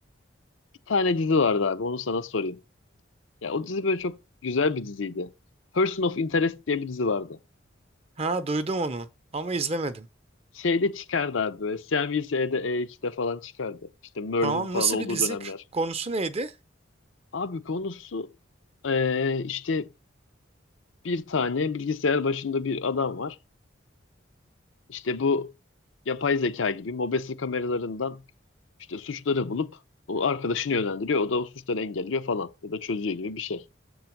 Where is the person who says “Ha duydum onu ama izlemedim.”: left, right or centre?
Right